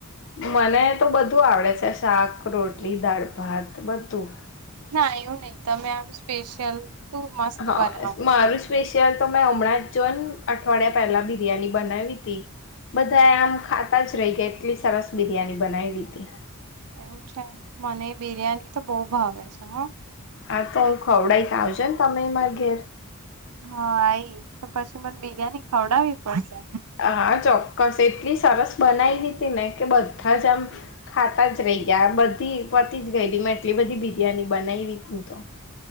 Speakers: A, on the left; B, on the right.
A: મને તો બધું આવડે છે શાક રોટલી દાળ ભાત બધું
B: ના એવું નહીિ તમે આ સ્પેશિયલ તું મસ્ત
A: હા
B: બનાવ છો
A: મારું સ્પેશિયલ તો હમણાં જો ને અઠવાડિયા પહેલા બિરિયાની બનાવી તી બધા આમ ખાતા જ રહી ગયા એટલી સરસ બિરિયાની બનાવીવી તી
B: એવું છે મને બિરિયાની તો બહુ ભાવે છે હા
A: આ તો એ ખોવડાાઈસ આવજો ને તમે માગેર
B: હા આઈ તો પછી મને બિરયાની ખવડાવવી પડશે
A: હા ચોક્કસ એટલી સરસ બનાવી લી હતીી ને કે બધા જ આમ ખાતા જ રહી ગયા બધી પતી જ ગયલી મેં એટલી બધી બિરિયાની બનાવી રી હતીી તો